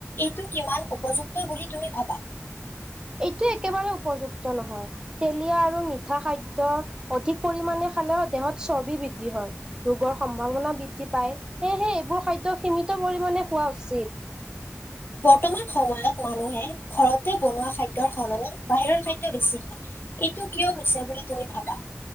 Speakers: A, on the left (about 45°); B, on the right (about 15°).
A: এইটো কিমান উপযুক্ত বুলি তুমি ভাবা?
B: এইটো একেবাৰে উপযুক্ত নহয়। তেলীয়া আৰু মিঠা খাদ্য অধিক পৰিমাণে খালেয়ো দেহত চৰ্বি বৃদ্ধি হয়। ৰোগৰ সম্ভাৱনা বৃদ্ধি পায়, সেয়েহে এইবোৰ খাদ্য সীমিত পৰিমাণে খোৱা উচিত।
A: বৰ্তমান সময়ত মানুহে ঘৰতে বনোৱা খাদ্যৰ সলনি বাহিৰৰ খাদ্য বেছি খায়। এইটো কিয় হৈছে বুলি তুমি ভাবা?